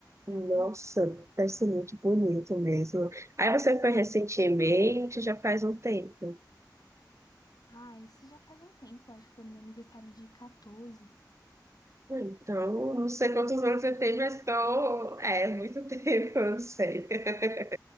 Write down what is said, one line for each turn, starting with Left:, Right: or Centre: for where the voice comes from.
Right: nossa,
Left: É bonito?
Right: deve ser muito bonito mesmo. Aí você foi recentemente,
Left: É.
Right: já faz um tempo.
Left: Ah, esse já faz um tempo, acho que foi no meu aniversário de 14.
Right: Então, não sei quantos anos você tem, mas tô... É, muito <laughs> tempo, eu não sei. <laughs>